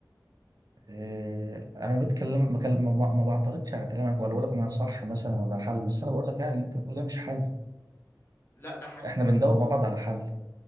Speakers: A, on the right; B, on the left.
A: آه، انا بتكلم ما كان- ما ب- ما بعترضش على كلامك ولا بقول لك ان انا صح مثلا ولا حل بس انا بقول لك يعني اللي انت بتقول ده مش حل
B: لا ده حل
A: احنا بندور مع بعض على حل